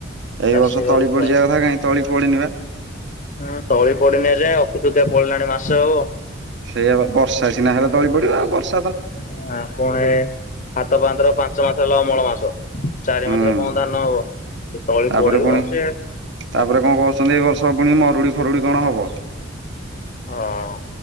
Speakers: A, on the right; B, on the left.
A: ଏଇ
B: ଚାଷୀ
A: ବର୍ଷ
B: ଘର
A: ତଳି
B: ଛୁଆ।
A: ପଡିଯିବା କଥା କାଇଁ ତଳି ପଡିିନି ବା।
B: ହଁ ତଳି ପଡିିନି ଏଯାଏ ଅଖିତୃତୀୟା ପଳେଇଲାଣି ମାସେ ହବ।
A: ସେଇଆ ବା ବର୍ଷା ସିନା ହେଲେ ତଳି ପଡିବ ବର୍ଷ୍
B: ଉଁ ଆ ପରେ ହାତ ପାହାନ୍ତାରେ ପାଞ୍ଚମାସ ଗଲେ ଅମଳ ମାସ। ଚାରି
A: ହୁଁ।
B: ମାସେରେ କଁ ଧାନ ହବ ସେ ତଳିପଡିବ
A: ତାପରେ ପୁଣି
B: ସିଏ
A: ତାପରେ କଁ କହୁଛନ୍ତି ଏ ବର୍ଷ ପୁଣି ମରୁଡି ଫରୁଡି କଣ ହବ।
B: ହଁ।